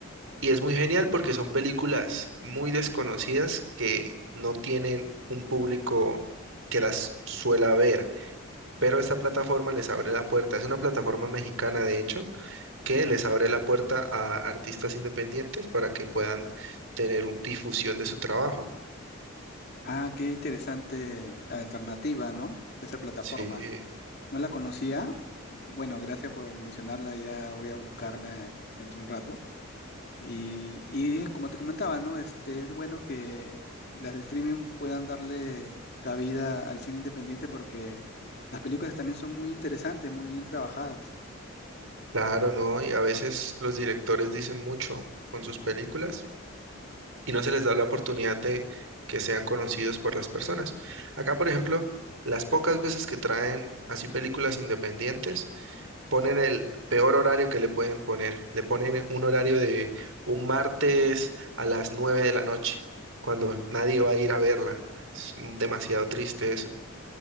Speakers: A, on the right; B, on the left.
A: Y es muy genial porque son películas muy desconocidas que no tienen un público que las suela ver, pero esta plataforma les abre la puerta. Es una plataforma mexicana, de hecho, que les abre la puerta a artistas independientes para que puedan tener u- difusión de su trabajo.
B: Ah, qué interesante alternativa, ¿no? Esa plataforma.
A: Sí.
B: No la conocía. Bueno, gracias por mencionarla, ya voy a buscarla entre un rato. Y, y es como te comentaba, ¿no? Este, es bueno que las streaming puedan darle cabida al cine independiente porque las películas también son muy interesantes, muy bien trabajadas.
A: Claro, ¿no? Y a veces los directores dicen mucho con sus películas y no se les da la oportunidad de que sean conocidos por las personas. Acá, por ejemplo, las pocas veces que traen así películas independientes, ponen el peor horario que le pueden poner. Le ponen un horario de un martes a las 9 de la noche, cuando nadie va a ir a verla. Es demasiado triste eso.